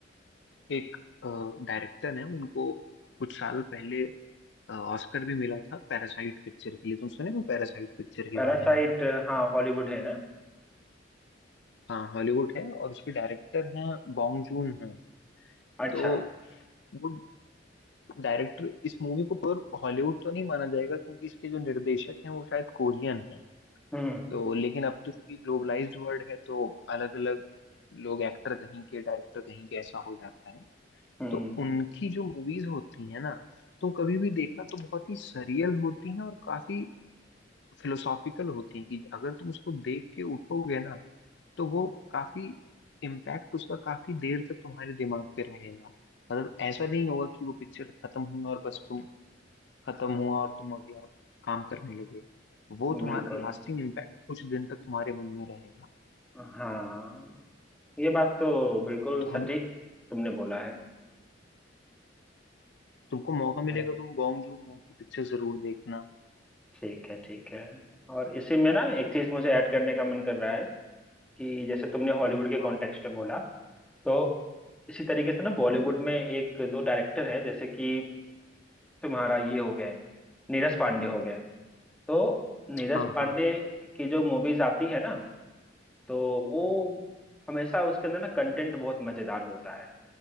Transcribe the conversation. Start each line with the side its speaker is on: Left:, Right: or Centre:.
Left: एक डायरेक्टर है उनको कुछ साल पहले ऑस्कर भी मिला था पैरासाइट पिक्चर के लिए तुम सुने हो पैरासाइट पिक्चर के
Centre: पैरासाइट
Left: बारे में
Centre: हाँ हॉलीवुड है ना
Left: हाँ हॉलीवुड है और उसके डायरेक्टर हैं बॉन्ग जून हैं
Centre: अच्छा
Left: तो वो डायरेक्टर इस मूवी को प्योर हॉलीवुड तो नहीं माना जाएगा क्योंकि इसके जो निर्देशक हैं वो शायद कोरियन हैं
Centre: हम्म
Left: तो लेकिन अब तो चूंकि ग्लोबलाइज्ड वर्ल्ड है तो अलग अलग लोग एक्टर कहीं के डायरेक्टर कहीं के ऐसा हो जाता है
Centre: हम्म
Left: तो उनकी जो मूवीज होती हैं ना तो कभी भी देखना तो बहुत ही सरियल होती हैं और काफी फिलोसॉफिकल होती हैं कि अगर तुम उसको देख के उठोगे ना तो वो काफी इम्पैक्ट उसका काफी देर तक तुम्हारे दिमाग पे रहेगा मतलब ऐसा नहीं होगा कि वो पिक्चर खत्म हुई और बस तुम खत्म हुआ और तुम अगला काम करने लगे वो
Centre: बिल्कुल
Left: तुम्हारा लास्टिंग इम्पैक्ट कुछ दिन तक तुम्हारे मन में रहेगा
Centre: हाँ ये बात तो बिल्कुल
Left: तो हम
Centre: सटीक तुमने बोला है
Left: तुमको मौका मिलेगा
Centre: है।
Left: तुम बॉन्ग जून हो की पिक्चर जरूर देखना
Centre: ठीक है ठीक है और इसी में ना एक चीज मुझे ऐड करने का मन कर रहा है कि जैसे तुमने हॉलीवुड के कॉन्टेक्स्ट
Left: हाँ
Centre: में बोला तो इसी तरीके से ना बॉलीवुड में एक दो डायरेक्टर हैं जैसे कि तुम्हारा ये हो गए नीरज पांडे हो गए तो नीरज
Left: हाँ
Centre: पांडे
Left: हाँ
Centre: की जो मूवीज आती है ना तो वो हमेशा उसके अंदर ना कंटेंट बहुत मजेदार होता है